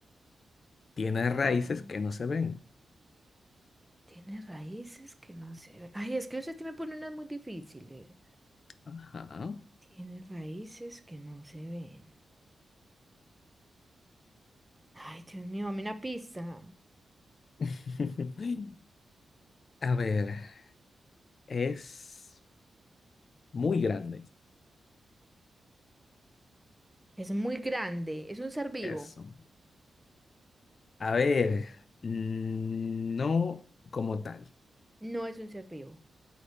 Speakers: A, on the left; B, in the centre.
A: Tiene raíces
B: Mm,
A: que no se ven.
B: Tiene raíces que no se ven. Ay, es que usted sí me pone unas muy difíciles.
A: Ajá.
B: Tiene raíces que no se ven. Ay, Dios mío, dame una pista.
A: <laughs> A ver, es muy grande.
B: Es muy grande. Es un ser vivo.
A: Eso. A ver, mm, no como tal.
B: No es un ser vivo.